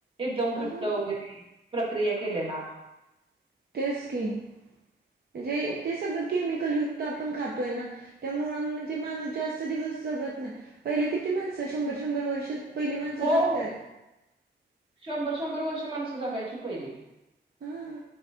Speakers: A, on the right; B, on the right.
A: एकदम घट्ट
B: हो
A: वगैरे. प्रक्रिया केलेला.
B: तेच की म्हणजे ते सगळं केमिकल युक्त आपण खातोय ना. त्यामुळ म्हणजे माणूस जास्त दिवस जगत नाही पहिले किती माणसं शंभर शंभर वर्ष. पहिली माणसं
A: हो
B: जगतात.
A: हो शंभर शंभर वर्ष माणसं जगायची पहिली.
B: हा